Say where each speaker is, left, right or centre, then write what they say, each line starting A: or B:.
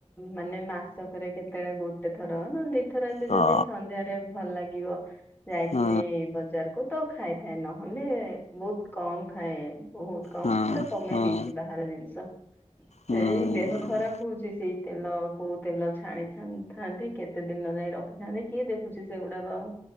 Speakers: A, on the left; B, on the left.
A: ମାନେ ମାସକରେ କେତେବେଳେ ଗୋଟେ ଥର ନଲେ ଦି ପଥ ରାଧୁ
B: ହଁ
A: ଯଦି ସନ୍ଧ୍ୟାରେ ଭଲ ଲାଗିବ ଯାଇଥିବି
B: ହୁଁ
A: ବଜାର କୁ ତ ଖାଇଥାଏ ନହେଲେ ବହୁତ କମ ଖାଏ ବହୁତ କମ
B: ହୁଁ
A: ପୁରା କମେଇ
B: ହୁଁ
A: ଦେଇେଇଛି ବାହାର ଜିନିଷ
B: ହୁଁ।
A: ଏଇ ଦେହ ଖରାପ ହଉଛି ସେଇ ତେଲ କୋଉ ତେଲ ଛାଣି ଥାନ୍ତି କେତେ ଦିନ ଯାଇଏ ରଖିଥାନ୍ତି କିଏ ଦେଖୁଛି ସେଗୁଡାକ ଆଉ